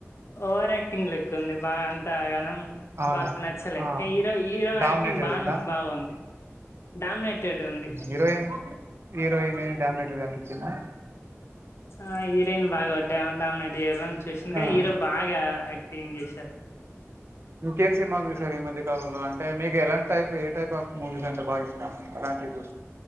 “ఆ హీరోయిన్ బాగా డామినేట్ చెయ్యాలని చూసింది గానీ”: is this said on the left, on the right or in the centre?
Left